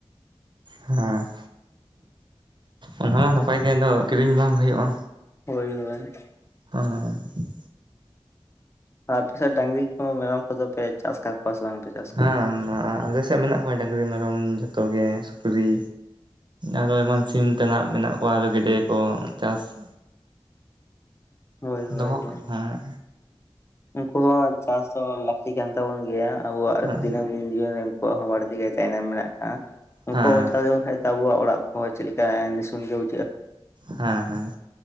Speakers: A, on the right; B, on the left.
A: ᱦᱩᱸ᱾ ᱚᱱᱟ ᱦᱚᱸ ᱱᱟᱯᱟᱭ ᱜᱮ ᱟᱫᱚ ᱠᱤᱨᱤᱧ ᱵᱟᱝ ᱦᱩᱭᱩᱜᱼᱟ᱾
B: ᱦᱳᱭ ᱦᱳᱭ᱾
A: ᱦᱩᱸ ᱦᱩᱸ᱾
B: ᱟᱨ ᱟᱯᱥᱮᱫ ᱰᱟᱝᱨᱤ ᱠᱚ ᱢᱮᱨᱚᱢ ᱠᱚᱫᱚᱯᱮ ᱪᱟᱥ ᱟᱠᱟᱜ ᱠᱚᱣᱟ ᱥᱮ ᱵᱟᱝᱯᱮ ᱪᱟᱥ?
A: ᱦᱮᱸ ᱱᱚᱣᱟ ᱟᱞᱮᱥᱮᱫ ᱢᱮᱱᱟᱜ ᱠᱚᱣᱟ ᱰᱟᱹᱝᱨᱤ ᱢᱮᱨᱚᱢ ᱡᱚᱛᱚ ᱜᱮ ᱥᱩᱠᱨᱤ ᱟᱨᱚ ᱮᱢᱟᱱ ᱥᱤᱢ ᱛᱮᱱᱟᱜ ᱢᱮᱱᱟᱜ ᱠᱚᱣᱟ ᱟᱨ ᱜᱮᱰᱮ ᱠᱚ ᱪᱟᱥ <inaudible>
B: ᱦᱳᱭ ᱦᱳᱭ
A: ᱫᱚᱦᱚ
B: ᱦᱳᱭ᱾
A: ᱦᱮᱸ
B: ᱩᱱᱠᱩ ᱦᱚᱸ ᱪᱟᱥ ᱫᱚ ᱞᱟ ᱛᱤ ᱠᱟᱱ ᱛᱟᱵᱚᱱ ᱜᱮᱭᱟ ᱟᱵᱚᱣᱟᱜ
A: ᱦᱮᱸ
B: ᱫᱤᱱᱟᱹᱢ ᱫᱤᱱ ᱡᱤᱭᱚᱱ ᱨᱮ ᱩᱱᱠᱩᱣᱟᱜ ᱦᱚᱸ ᱵᱟᱹᱲᱛᱤ ᱠᱟᱭ ᱛᱮᱭᱱᱮᱢ ᱢᱮᱱᱟᱜ ᱟᱠᱟᱫ-ᱟ᱾ ᱩᱱᱠᱩ
A: ᱦᱮᱸ
B: <unintelligible> ᱟᱚᱣᱟᱜᱲᱟᱜ ᱠᱚᱦᱚᱸ ᱪᱮᱫᱞᱮᱠᱟ ᱮ ᱱᱤᱥᱩᱱ ᱜᱮ ᱵᱩ
A: ᱦᱮᱸ,